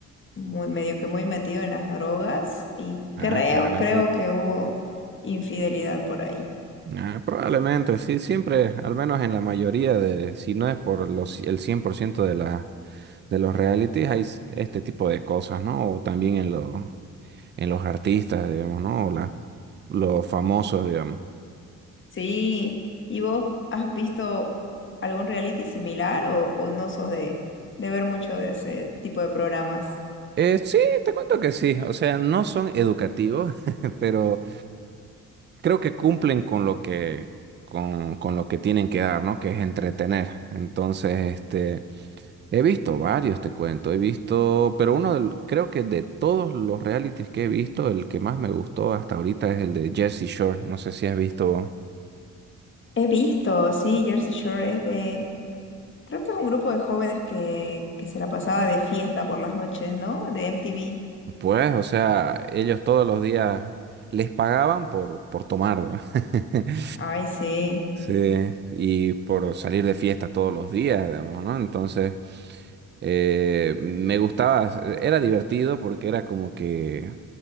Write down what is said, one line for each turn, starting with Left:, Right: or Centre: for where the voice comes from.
Left: muy medio que muy metido en las drogas y
Right: ah,
Left: creo,
Right: caray.
Left: creo que hubo infidelidad por ahí.
Right: Ah, probablemente, sí, siempre, al menos en la mayoría de, si no es por los, el 100% de la, de los realities, hay s- este tipo de cosas, ¿no? O también en, lo- en los artistas, digamos, ¿no? O las- los famosos, digamos.
Left: Sí, ¿y vos has visto algún reality similar o, o no sos de, de ver mucho de ese tipo de programas?
Right: Eh, sí, te cuento que sí, o sea, no son educativos, <laughs> pero creo que cumplen con lo que, con, con lo que tienen que dar, ¿no? Que es entretener. Entonces, este, he visto varios, te cuento, he visto, pero uno del- creo que de todos los realities que he visto, el que más me gustó hasta ahorita es el de Jersey Shore. No sé si has visto,
Left: He visto, sí, Jersey Shore es de Creo que es un grupo de jóvenes que, que se la pasaba de fiesta por las noches, ¿no? De MTV.
Right: pues, o sea, ellos todos los días les pagaban por, por tomar, ¿verdad? <laughs>
Left: Ay, sí.
Right: Sí, y por salir de fiesta todos los días, digamos, ¿no? Entonces... Eh, me gustaba, era divertido porque era como que